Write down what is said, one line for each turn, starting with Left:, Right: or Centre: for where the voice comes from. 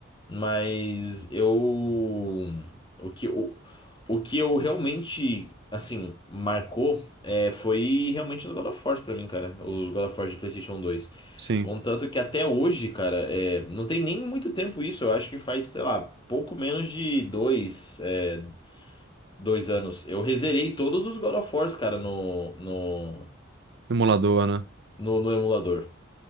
Left: Mas eu. O que, o, o que eu realmente, assim, marcou é, foi realmente os God of Wars pra mim, cara. Os God of Wars de PlayStation 2.
Right: Sim,
Left: Contanto que até hoje, cara, é, não tem nem muito tempo isso. Eu acho que faz, sei lá, pouco menos de dois, é, dois anos. Eu rezerei todos os God of Wars, cara, no, no,
Right: no emulador, né?
Left: no, no emulador.